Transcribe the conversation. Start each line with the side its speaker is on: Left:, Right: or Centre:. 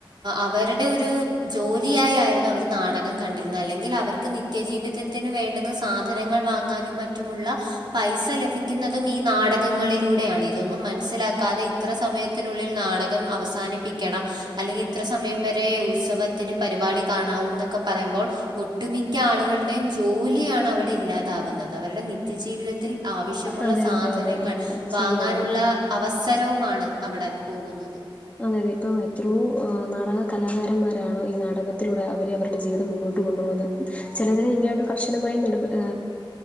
Right: അവര്ടെ ഒരു ജോലിയായായിരുന്നു അവര് നാടകം കണ്ടിരുന്നത് അല്ലെങ്കിൽ അവര്ക്ക് നി ത്യജീവിതത്തിന് വേണ്ടുന്ന സാധനങ്ങൾ വാങ്ങാനും മറ്റുമുള്ള പൈസ ലഭിക്കുന്നതും ഈ നാടകങ്ങളിലൂടെയാണ് ഇതൊന്നും മനസ്സിലാക്കാതെ ഇത്ര സമയ ത്തിനുള്ളിൽ നാടകം അവസാനിപ്പിക്കണം അല്ലെങ്കി ഇത്ര സമയം വരെ ഉത്സവ ത്തിന് പരിപാടി കാണാവൂന്നൊക്കെ പറയുമ്പോൾ ഒട്ടുമിക്ക ആളുകളുടെയും ജോലിയാണവടെ ഇല്ലാതാവുന്നത് അവരുടെ നി ത്യജീവിതത്തിൽ ആവശ്യമുള്ള
Left: അതെ
Right: സാധനങ്ങൾ
Left: അതെ അതെ ആ
Right: വാങ്ങാനുള്ള
Left: ശരിയാണ്
Right: അവസരവുമാണ് അവടെ പോകുന്നത്
Left: അതെ അതെ ഇപ്പം എത്രോ നാടക കലാകാരന്മാരാണോ ഈ നാടകത്തിലൂടെ അവര് അവരുടെ ജീവിതം മുന്നോട്ട് കൊണ്ടു പോകുന്നത് ചെലതിനു ഇങ്ങനെയൊരു കർശനമായ നിലപാ ഏ